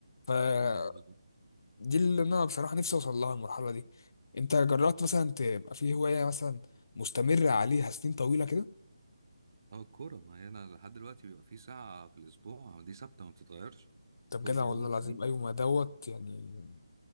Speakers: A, on the left; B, on the right.
A: فدي
B: لا بالظبط
A: اللي انا بصراحه نفسي اوصل لها المرحله دي انت جربت مثلا تبقى في هوايه مثلا مستمر عليها سنين طويله كده
B: اه الكورة ما هي انا لحد دلوقتي بيبقى في ساعة في الأسبوع دي ثابتة ما بتتغيرش
A: طب
B: كل
A: جدع
B: يوم
A: والله العظيم
B: خميس
A: ايوه ما دوت يعني